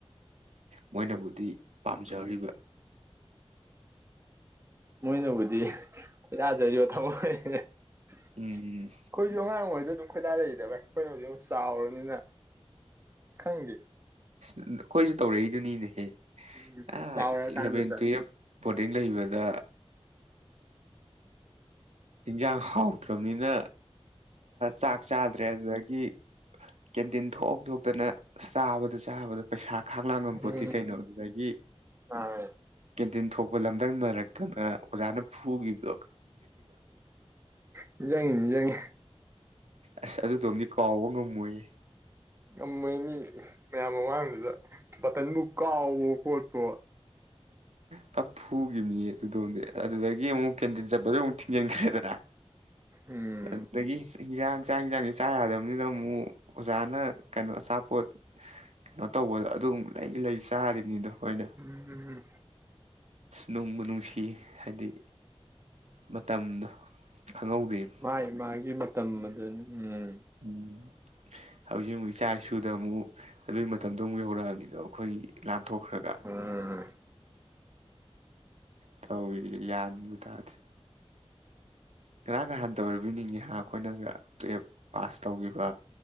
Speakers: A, on the right; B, on the right.
A: ꯃꯣꯏꯅꯕꯨꯗꯤ ꯄꯥꯝꯖꯔꯤꯕ꯫
B: ꯃꯣꯏꯅꯕꯨꯗꯤ ꯈꯣꯏꯗꯥꯖꯔꯤꯕ꯫ <unintelligible> ꯑꯩꯈꯣꯏꯁꯨ
A: ꯎꯝ
B: ꯑꯉꯥꯡ ꯑꯣꯏꯔꯤꯉꯩꯗ꯫ ꯑꯗꯨꯝ ꯈꯣꯏꯗꯥꯖꯩꯗ ꯕꯥꯏ ꯑꯩꯈꯣꯏꯅ ꯍꯨꯖꯤꯛ ꯑꯃꯨꯛ ꯆꯥꯎꯔꯕꯅꯤꯅ ꯈꯪꯗꯦ꯫
A: ꯑꯩꯈꯣꯏꯁꯨ ꯇꯧꯔꯛꯏꯗꯨꯅꯤꯅꯦꯍꯦ꯫
B: ꯎꯝ
A: ꯑꯥ
B: ꯆꯥꯎꯔ
A: ꯏꯂꯚꯦꯟ
B: ꯀꯥꯟꯗ ꯇ꯫
A: ꯇꯨꯌꯦꯜꯞ ꯕꯣꯔꯗꯤꯡ ꯂꯩꯕꯗ꯫ ꯏꯟꯁꯥꯡ ꯍꯥꯎꯇ꯭ꯔꯝꯅꯤꯅ꯫ ꯆꯥꯛ ꯆꯥꯗ꯭ꯔꯦ ꯑꯗꯨꯗꯒꯤ ꯀꯦꯟꯇꯤꯟ ꯊꯣꯛ ꯊꯣꯛꯇꯅ ꯆꯥꯕ꯫ ꯗ ꯆꯥꯕꯗ ꯄꯩꯁꯥ꯫ ꯈꯥꯛꯂꯥꯡ ꯉꯝꯄꯣꯠꯇꯦ
B: ꯎꯝ
A: ꯀꯩꯅꯣ ꯑꯗꯨꯗꯒꯤ
B: ꯑꯥ
A: ꯀꯦꯟꯇꯤꯟ ꯊꯣꯛꯄ ꯂꯝꯗꯪꯅꯔꯛꯇꯅ꯫ ꯑꯣꯖꯥꯅ ꯐꯨꯒꯤꯕꯗꯣ꯫
B: ꯅꯤꯖꯪꯉꯤ ꯅꯤꯖꯪꯉꯤ꯫
A: ꯑꯁ ꯑꯗꯨꯗꯨꯃꯗꯤ ꯀꯥꯎꯕ ꯉꯝꯃꯣꯏꯌꯦ꯫
B: ꯉꯝꯃꯣꯏ ꯃꯤ ꯃꯌꯥꯝ ꯃꯃꯥꯡꯗꯨꯗ꯫ ꯕꯇꯟꯕꯨ ꯀꯥꯕꯣꯑꯣ ꯈꯣꯠ <unintelligible>
A: ꯐ ꯐꯨꯒꯤꯝꯅꯤꯌꯦ ꯑꯗꯨꯗꯣꯝꯗꯤ ꯑꯗꯨꯗꯒꯤ ꯑꯃꯨꯛ ꯀꯦꯟꯇꯤꯟ ꯆꯠꯄꯗꯣ ꯑꯃꯨꯛ ꯊꯤꯡꯖꯤꯟꯈ꯭ꯔꯦꯗꯅ꯫
B: ꯎꯝ
A: ꯑꯗꯨꯗꯒꯤ꯫ ꯍꯦꯟꯖꯥꯡ ꯆꯥꯛ ꯌꯦꯟꯖꯥꯡꯁꯦ ꯆꯥ ꯌꯥꯗꯕꯅꯤꯅ ꯑꯃꯨꯛ ꯑꯣꯖꯥꯅ ꯀꯩꯅꯣ ꯑꯆꯥꯄꯣꯠ ꯀꯩꯅꯣ ꯇꯧꯕꯗꯣ ꯑꯗꯨꯝ ꯂꯩ ꯂꯩ ꯆꯥꯔꯤꯕꯅꯤꯗꯣ꯫ ꯑꯩꯈꯣꯏꯅ
B: ꯎꯝꯍꯨꯍꯨꯝ꯫
A: ꯅꯨꯡꯕꯨ ꯅꯨꯡꯁꯤ ꯍꯥꯏꯗꯤ ꯃꯇꯝꯗꯣ꯫ ꯈꯪꯍꯧꯗꯦ
B: ꯃꯥꯥꯏ ꯃꯥꯒꯤ ꯃꯇꯝ ꯑꯗꯨꯅꯤ꯫ ꯎꯝ
A: ꯎꯝ꯫ ꯍꯧꯖꯤꯛ ꯑꯃꯨꯛ ꯏꯆꯥ ꯏꯁꯨꯗ ꯑꯃꯨꯛ ꯑꯗꯨꯒꯤ ꯃꯇꯝꯗꯣ ꯑꯃꯨꯛ ꯌꯧꯔꯛꯑꯕꯅꯤꯗꯣ꯫ ꯑꯩꯈꯣꯏꯒꯤ ꯂꯥꯟꯊꯣꯛꯈ꯭ꯔꯒ
B: ꯎꯝ
A: ꯇꯧꯔꯤꯁꯦ ꯒꯌꯥꯟꯕꯨ ꯇꯥꯗꯦ ꯉꯔꯥꯡ ꯅꯍꯥꯟꯇ ꯑꯣꯏꯔꯕꯣꯏ ꯅꯤꯉꯤ ꯑꯩꯈꯣꯏꯅꯒ ꯇꯨꯌꯦꯜꯞ ꯄꯥꯁ ꯇꯧꯈꯤꯕ